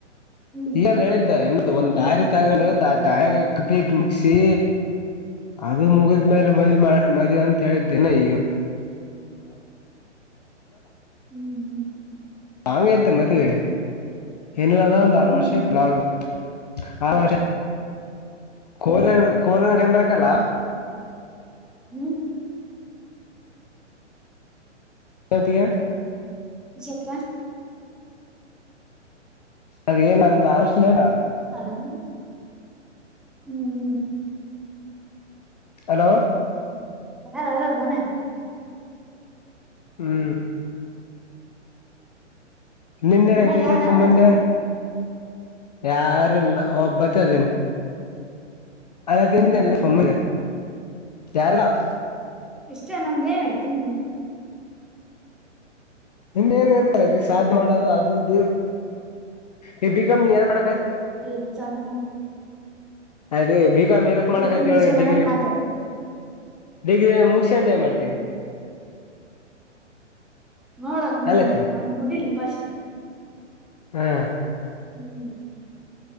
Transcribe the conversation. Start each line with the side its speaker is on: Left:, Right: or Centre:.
Centre: ಹ್ಮ್
Left: ಈಗ ಹೇಳಿದ್ದ ಇನ್ನು ಒಂದು ಡರಿ ತಗೊಂಡು ಡಾರಿ ಕಂಪ್ಲೀಟ್ ಮುಗಿಸಿ ಅದು ಮುಗ ೇಲೆ <unintelligible> ಮದ್ ಮಾಡ ಮದುವ ಅಂತ ಹೇಳಿದ್ದೇನೆಲ್ಲ
Centre: ಹ್ಮ್ ಹ್ಮ್ ಹ್ಮ
Left: ಲಾಂಗ ಐತೆ ಮದವೆ ಎನಲ್ಲ ಆರು
Centre: ಹ್ಮ್ ಹ್ಮ್
Left: ವರ್ಷ ಲಾಂಗ ಆ ವರ್ಷ ಕೋಲೆ ಕೋಲ ಕಂಡ್ರಕಲ್ಲ
Centre: ಹ್ಮ್
Left: ಆತಗೆ
Centre: ಜಪ್ಪಾ
Left: ಅತ್ಗೆ <unintelligible> ಏನಂದ ಅಲಡ
Centre: ಅಲ ಹ್ಮ್ ಹ್ಮ್
Left: ಹಲೋ
Centre: ಯಾರ್ ಅದ್ರ ಮನೆಯಾಗ
Left: ಹ್ಮ್ ನಿಂದೆನ
Centre: ಮನ್ಯಾಗ
Left: <unintelligible> ಐತೀ
Centre: ಯಾರ
Left: ರೀು
Centre: ಅದಾರ
Left: ಮುಂದೆ ಯಾರಲ್ಲ ಒಬ್ಬತ್ತು ಅದೇನು ಅಲ್ಲ ತಿಂತೇನೆ
Centre: ಹ್ಮ್
Left: ಸುಮ್ಮ <unintelligible> ಯಾರ <unintelligible>
Centre: ಇಷ್ಟೇ ನಮ್ದ ಏನಾಯ್ತತಿ
Left: ಇನ್ನ ಏನ್ ಇರ್ತ ಸಾಧ್ಯ್ ಮಾಡ ಅದು ಇದು ಈ ಬಿಕಂ್ <unintelligible> ನೀ ಎ ಕಡ
Centre: ಏನ್ ಜಾಗ
Left: ಆಯ್ತು ಬಿಕಾಮ್ ಎದಕ್ ಮಾಡಕ್
Centre: ಡಿಗ್ರಿ
Left: ಆಯ್ತಿ
Centre: ಮುಗಸೆ
Left: ಒಳಗ
Centre: ಮನತ್
Left: ಡಿಗ್ರಿ
Centre: ಮಾತಾಡ
Left: ದೇಗ್ರ ಮುಗಸಂಡೆ ಮಾಡ್ತೀವಿ
Centre: ನೋಡಕ್ ಮುಂದೆ
Left: ಅಲ್ಲತಿ
Centre: ಅದು ಮುಗಿಲಿ ಪಸ್ಟ್.
Left: ಹಾ.
Centre: ಹ್ಮ್.